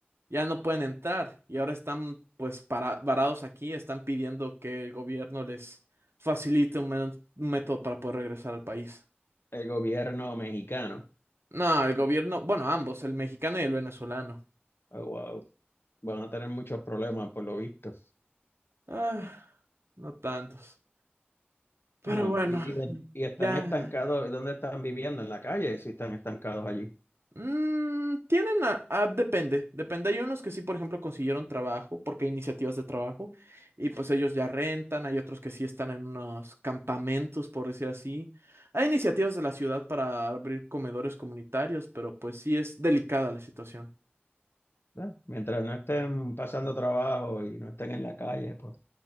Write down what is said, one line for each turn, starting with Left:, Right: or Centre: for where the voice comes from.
Right: ya no pueden entrar y ahora están pues para, varados aquí, están pidiendo que el gobierno les facilite un, men- un método para poder regresar al país.
Left: El gobierno mexicano.
Right: No, el gobierno, bueno, ambos, el mexicano y el venezolano.
Left: Oh, wow. van a tener muchos problemas por lo visto.
Right: Ah, no tantos. Pero
Left: Bueno,
Right: bueno,
Left: y, y, y están
Right: ya.
Left: estancados, ¿y dónde están viviendo? En la calle, si están estancados allí,
Right: Mm, tienen a, a- depende, depende. Hay unos que sí, por ejemplo, consiguieron trabajo, porque hay iniciativas de trabajo, y pues ellos ya rentan, hay otros que sí están en unos campamentos, por decir así. Hay iniciativas de la ciudad para abrir comedores comunitarios, pero pues sí es delicada la situación.
Left: ¿verdad? Mientras no estén pasando trabajo y no estén en la calle, pues